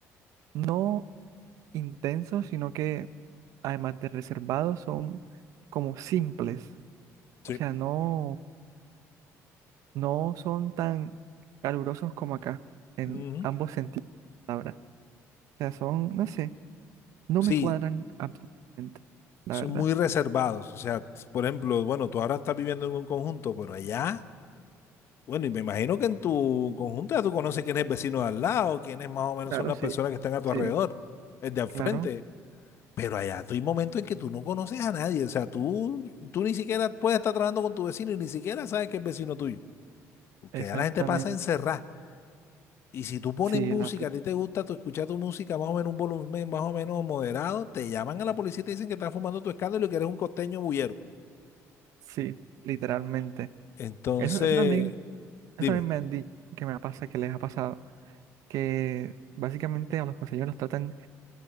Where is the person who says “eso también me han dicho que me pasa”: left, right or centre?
Right